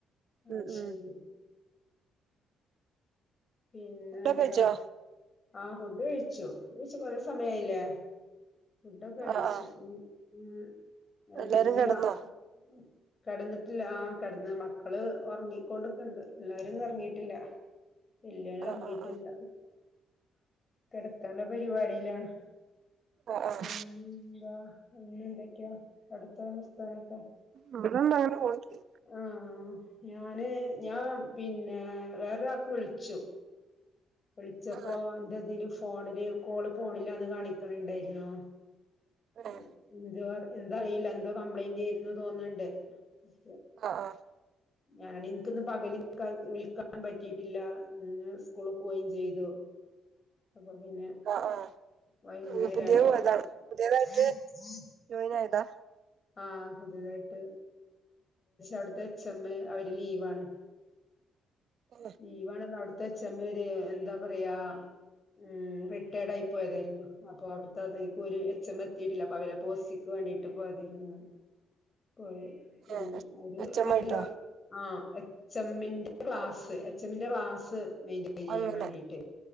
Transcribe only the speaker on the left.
ആഹ
ശരി
പിന്നെ
എന്താ
ആഹ ഫുഡ് കഴിച്ചു <unintelligible> സമയായില്ലേ ഫുഡൊക്കെ
കഴിച്ചു
മ്മ് <unintelligible>
ഇന്ന്
രാവിലെ - കിടന്നിട്ടില്ല ആ കിടന്ന് മക്കള് ഉറങ്ങിക്കൊണ്ടിക്കണ്ട് എല്ലാരും ഒന്നും ഉറങ്ങിയിട്ടില്ല <unintelligible> ഇല്ല ഉറങ്ങിട്ടില്ല
കിടക്കാനുള്ള പരിപാടിയിലാണ്
പിന്നന്ത പിന്നെ എന്തൊക്കെയ അടു വർത്താനൊക്കെ
ആഹഹ് ഞാന് പിന്നെ വേറെ ഒരാൾക്ക് വിളി ച്ചു വിളിച്ചപ്പോ
അതിന്റ ഏതേലും - ഫോണില് കോള് പോണില്ലാന്ന് കാണിക്കുന്നുണ്ടായിരുന്നു
ആഹ് എന്തറില്ല എന്തോ കംപ്ലൈന്റായിരുന്നു തോന്ന്ണ് ണ്ട്
ഞാനാ ഇനിക്ക് ഒന്ന് പകല് വിളിക്കാനൊന്നും പറ്റിട്ടില്ല ഇന്ന് സ്കൂളിൽ പോകുകയും ചെയ്തു അപ്പൊ പിന്നെ
വൈകുന്നേരയിട്ടാവന്നത്
ആഹ് പുതിയതായിട്ട് അവ്ട്ത്തെ എച്ച് എമ്മ് അവര് ലീവാണ്.
ലീവാണ് അവര് അവ്ട്ത്തെ എച്ചമ്മോര് എന്താ പറയാ ഊം റിട്ടയേർഡായി പോയതായിര്ന്നു അപ്പൊ അവിടുത്തെ അത് ഒരു എച്ചമ്മ് എത്തിട്ടില്ല അപ്പ അവരെ പോസ്റ്റിംഗിന് വേണ്ടീട്ട് പോയയത് ഊം പോയി ആഹ്
അവര്
ആഹ് എച്ചമ്മിന്റെ ക്ലാസ് മെയിന്റെയ്ൻ ചെയ്യാൻ
വേണ്ടീട്ട്